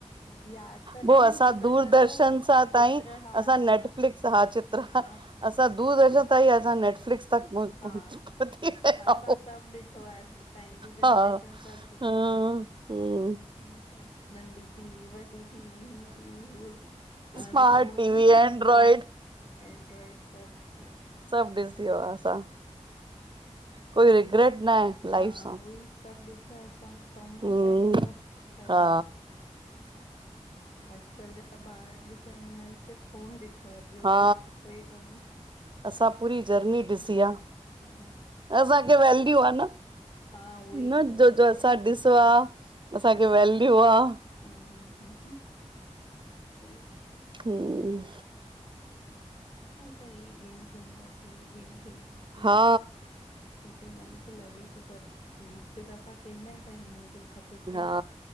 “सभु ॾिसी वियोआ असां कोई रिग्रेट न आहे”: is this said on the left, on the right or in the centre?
Right